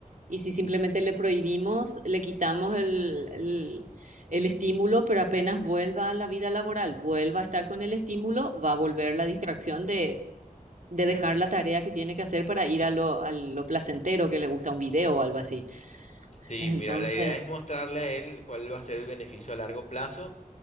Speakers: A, on the right (about 60°); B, on the left (about 55°).
A: Y si simplemente le prohibimos, le quitamos el, el, el estímulo, pero apenas vuelva a la vida laboral, vuelva a estar con el estímulo, va a volver la distracción de, de dejar la tarea que tiene que hacer para ir a lo, a lo placentero que le gusta un video o algo así. <laughs>
B: Sí,
A: Entonces...
B: mira, la idea es mostrarle a él cuál va a ser el beneficio a largo plazo,